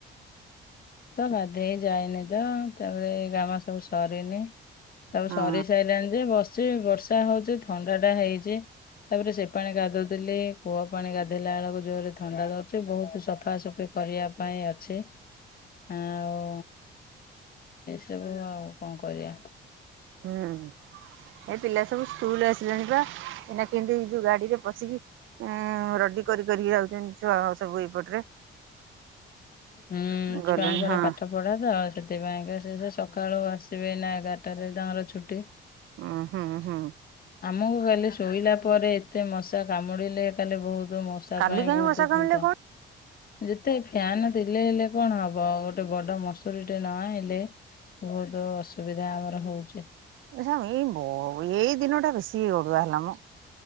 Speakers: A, on the left; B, on the right.
A: ତ ଗାଧୋଇ ଯାଇନି ତ ତାପରେ <unintelligible> ସବୁ ସରିନି ସବୁ
B: ହଁ
A: ସରି ସାରିଲାଣି ଯେ ବସିଚି ବର୍ଷା ହଉଚି ଥଣ୍ଡା ଟା ହେଇଚି। ତାପରେ ସେ ପାଣି ଗାଧାଉଥିଲି କୂଅ ପାଣି ଗାଧେଇଲା ବେଳକୁ ଜୋରେ ଥଣ୍ଡା ଧରୁଚି ବହୁତୁ ସଫା ସଫି କରିଆ ପାଇଁ ଅଛେ ଆଉ ସେବେ ଆଉ କଣ କରିଆ।
B: ହୁଁ। ଏ ପିଲା ସବୁ ସ୍କୁଲ୍ ଆସିଲେଣି ବା ଏଇନା କେମିତି ଏଇ ଯୋଉ ଗାଡି ରେ ପଶିକି ଉଁ ରଡି କରି କରିକି ଆଉଛନ୍ତି ଛୁଆ ସବୁ ଏଇପଟରେ।
A: ହୁଁ
B: ଗଲେଣି
A: ଛୁଆଙ୍କର
B: ହଁ
A: ପାଠ ପଢା ତ ଆଉ ସେଥିପାଇଁକା ସେ-ସେ ସକାଳୁ ଆସିବେ ନା ଏଗାର ଟାରେ ତାଙ୍କର ଛୁଟି।
B: ଓଁ ହୁଁ-ହୁଁ।
A: ଆମକୁ କାଲି ଶୋଇଲା ପରେ ଏତେ ମଶା କାମୁଡିଲେ କାଲି ବହୁତ ମ ତା
B: କାଲି
A: ପାଇଁ
B: କାହିଁ
A: ବହୁତ
B: ବର୍ଷା କମିଲେ
A: ଚିନ୍ତା
B: କଣ
A: ଯେତେ ଫ୍ୟାନ୍ ଦେଲେ ହେଲେ କଣ ହବ ଗୋଟେ ବଡ ମସୁରୀ ଟେ ନ ଆଣିଲେ ବହୁତ୍ ଅସୁବିଧା ଆମର ହଉଛି।
B: <unintelligible> ବ ଏଇ ଦିନଟା ବେଶି ଅଡୁଆ ହେଲାମ।